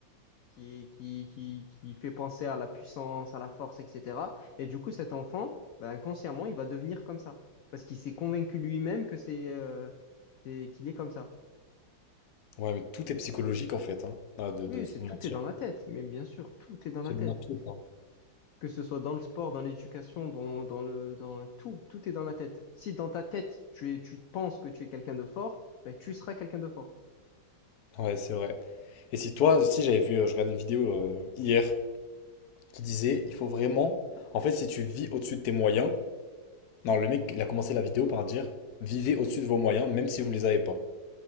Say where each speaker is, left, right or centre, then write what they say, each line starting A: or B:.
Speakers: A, on the left; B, on the left.
A: qui, qui, qui, qui fait penser à la puissance, à la force, etc. Et du coup, cet enfant, ben, inconsciemment, il va devenir comme ça. Parce qu'il s'est convaincu lui-même que c'est, euh, c'est- qu'il est comme ça.
B: Ouais, mais tout est psychologique en fait, hein. Ah, de,
A: Oui,
B: de se
A: c'est tout
B: mentir.
A: est dans la tête, mais bien sûr, tout est dans
B: Absolument
A: la tête.
B: tout, quoi.
A: Que ce soit dans le sport, dans l'éducation, dans, dans le, dans tout, tout est dans la tête. Si dans ta tête, tu es, tu penses que tu es quelqu'un de fort, ben, tu seras quelqu'un de fort.
B: Ouais, c'est vrai. Et si toi, si j'avais vu, euh, je regardais une vidéo euh, hier qui disait, il faut vraiment, en fait, si tu vis au-dessus de tes moyens, non, le mec, il a commencé la vidéo par dire, vivez au-dessus de vos moyens, même si vous les avez pas.